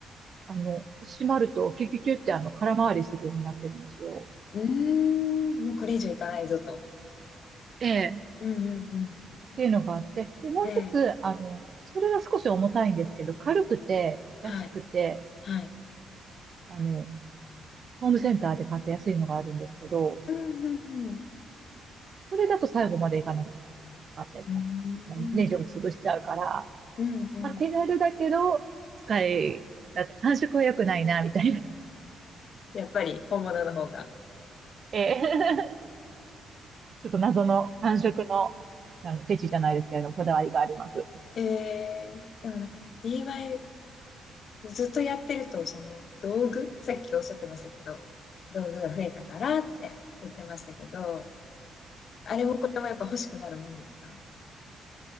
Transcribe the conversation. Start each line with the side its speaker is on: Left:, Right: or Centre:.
Right: あの、閉まるとキュキュキュってあの、空回りするようになってるんですよ。
Left: うーん、もうこれ以上いかないぞと。
Right: ええ。っ
Left: うんうんうんうん。
Right: ていうのがあって、で、もう一つ、
Left: ええ
Right: あの、それが少し重たいんですけど、軽くて、
Left: はい。
Right: 安くて、
Left: はい。
Right: あの、ホームセンターで買って安いのがあるんですけど、
Left: うんうんうん。
Right: それだと最後までいかなくて買って、
Left: うん。
Right: まあネジを潰しちゃうから、
Left: うんうん。
Right: まあ、手軽だけど、使い、なんか感触は良くないな、みたいな。
Left: やっぱり本物の方が。
Right: <laughs> ええちょっと謎の感触の、なんかフェチじゃないですけれども、こだわりがあります。
Left: えー、でもなんか d i ずっとやってるとその道具さっきおっしゃってましたけど道具が増えたからって言ってましたけどあれもこれもやっぱ欲しくなるもんですか